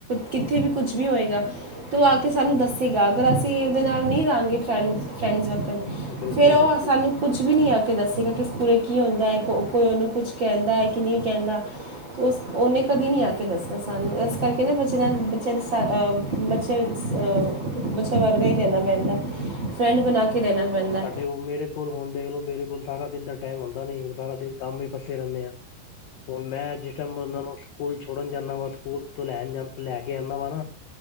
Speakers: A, on the right; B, on the left.
A: ਕਿੱਥੇ ਵੀ ਕੁਛ ਵੀ ਹੋਏਗਾ ਤਾਂ ਉਹ ਆ ਕੇ ਸਾਨੂੰ ਦੱਸੇਗਾ। ਅਗਰ ਅਸੀਂ ਉਹਦੇ ਨਾਲ ਨਹੀਂ ਰਹਾਂਗੇ ਫਰੈਂਡਸ-ਫਰੈਂਡਸ
B: ਬਿਲਕੁਲ
A: ਫੇਰ ਉਹ
B: ਬਿਲਕੁਲ
A: ਸਾਨੂੰ ਕੁਛ ਵੀ ਨਹੀਂ ਆ ਕੇ ਦੱਸੇਗਾ ਕਿ ਪੂਰੇ ਕੀ ਹੁੰਦਾ ਕੋ-ਕੋਈ ਉਹਨੂੰ ਕੁਛ ਕਹਿੰਦਾ ਕਿ ਨਹੀਂ ਕਹਿੰਦਾ, ਉਸ-ਉਹਨੇ- ਕਦੀ ਨੀ ਆ ਕੇ ਦੱਸਦਾ ਸਾਨੂੰ ਇਸ ਕਰਕੇ ਨਾ ਬੱਚੇਆਂ ਨਾਲ ਬੱਚੇ ਜਿਸਾਰ-ਅ ਬੱਚੇ-ਅ ਬੱਚਾ ਵਰਗਾ ਹੀ ਦੇਣਾ ਪੈਂਦੇ, ਫਰੈਂਡ ਬਣਾ ਕੇ ਰਹਿਣਾ ਪੈਂਦਾ
B: ਸਾਡੇ ਉਹ, ਮੇਰੇ ਕੋਲ ਹੁਣ ਦੇਖਲੋ ਮੇਰੇ ਕੋਲ ਸਾਰਾ ਦਿਨ ਤ ਟਾਈਮ ਹੁੰਦਾ ਨਈ, ਸਾਰਾ ਦਿਨ ਕੰਮ ਹੀ ਫਸੇ ਰਹਿੰਨੇ ਆ। ਹੁਣ ਮੈਂ ਜਿਸ ਟੈਮ ਉਹਨਾਂ ਨੂੰ ਸਕੂਲ ਛੋੜਨ ਜਾਂਨਾ ਵਾ, ਸਕੂਲ ਤੋਂ ਲੈਣ ਜਾਂਨਾ, ਲੈ ਕੇ ਆਣਾ ਵਾ ਨਾ।